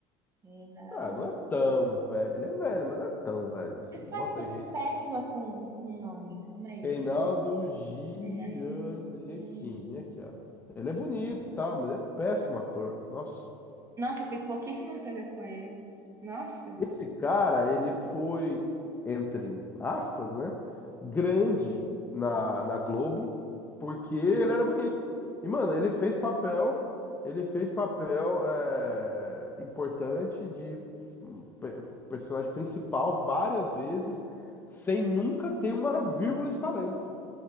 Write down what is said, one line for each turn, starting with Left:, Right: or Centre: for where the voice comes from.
Right: Reinaldo.
Left: ah, não é tão velho, ele é velho, mas não é tão velho assim.
Right: Você sabe
Left: Bota
Right: que eu
Left: aí,
Right: sou
Left: Rei-
Right: péssima com, com nome. Calma aí.
Left: Reinaldo Gianecchini,
Right: Hum, hum.
Left: aqui, ó. Ele é bonito e tal, mas ele é péssimo ator. Nossa.
Right: Nossa, eu vi pouquíssimas coisas com ele. Nossa,
Left: Esse cara, ele foi, entre aspas, né? Grande na, na Globo, porque ele era bonito. E, mano, ele fez papel, ele fez papel é, importante de hum, pe- personagem principal várias vezes, sem nunca ter uma vírgula de talento.